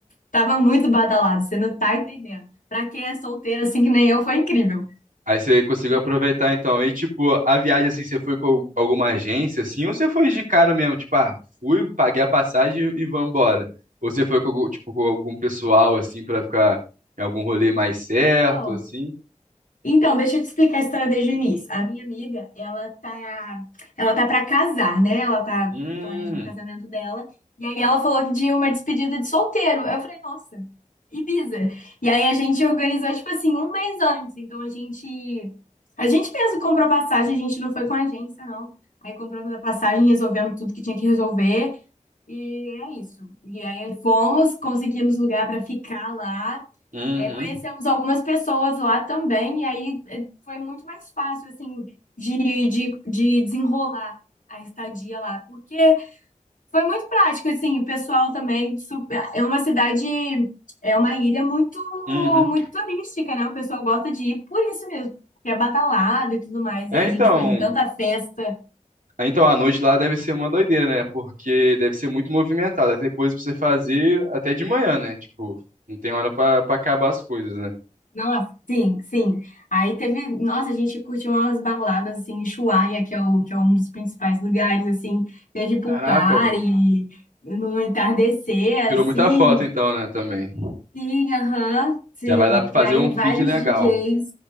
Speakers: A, on the left (about 80°); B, on the right (about 85°).
A: tava muito badalado, você não tá entendendo. Pra quem é solteiro assim que nem eu, foi incrível.
B: Aí você conseguiu aproveitar então. E tipo, a viagem assim, você foi com alguma agência assim, ou você foi de cara mesmo, tipo, ah, fui, paguei a passagem e vambora. Ou você foi com algum- tipo com algum pessoal assim pra ficar em algum rolê mais certo
A: Então,
B: assim?
A: Então, deixa eu te explicar a história desde o início. A minha amiga, ela tá, ela tá para casar, né? Ela tá
B: Hum,
A: planejando o casamento dela. E aí ela falou que de uma despedida de solteiro. Eu falei, nossa, Ibiza. E aí a gente organizou tipo assim um mês antes. Então a gente a gente mesmo comprou passagem, a gente não foi com a agência, não. Aí compramos a passagem, resolvemos tudo que tinha que resolver e é isso. E aí fomos, conseguimos lugar para ficar lá.
B: uhum,
A: É, conhecemos algumas pessoas lá também, e aí é, foi muito mais fácil, assim, de, de, de desenrolar a estadia lá, porque foi muito prático, assim, o pessoal também, super, é uma cidade, é uma ilha muito,
B: uhum.
A: muito turística, né? O pessoal gosta de ir por isso mesmo, porque é badalado e tudo mais,
B: É,
A: e aí a gente
B: então,
A: foi em tanta festa,
B: é, então a noite lá deve ser uma doideira, né? Porque deve ser muito movimentada, deve ter coisa pra você fazer até de manhã, né? Tipo, não tem hora pra pra acabar as coisas, né?
A: Nossa, sim, sim. Aí teve, nossa, a gente curtiu umas baladas assim em Ushuaia, que é o, que é um dos principais lugares assim, teve pool
B: Caraca,
A: party,
B: mano.
A: no entardecer
B: Tirou
A: assim.
B: muita foto então, né, também.
A: Sim, aham, sim.
B: Já vai dar pra fazer
A: E aí
B: um
A: vários
B: feed legal.
A: DJs,